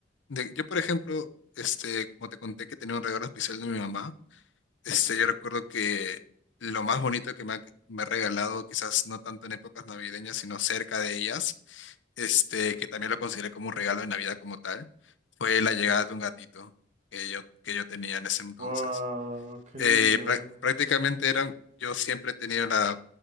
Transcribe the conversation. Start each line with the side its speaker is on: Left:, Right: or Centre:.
Left: de- yo, por ejemplo, este, como te conté que tenía un regalo especial de mi mamá, este, yo recuerdo que lo más bonito que me ha, me ha regalado, quizás no tanto en épocas navideñas, sino cerca de ellas, este, que también lo consideré como un regalo de Navidad como tal, fue la llegada de un gatito que yo, que yo tenía en ese entonces.
Right: Wow, qué
Left: Eh,
Right: lindo.
Left: prá- prácticamente era, yo siempre he tenido la,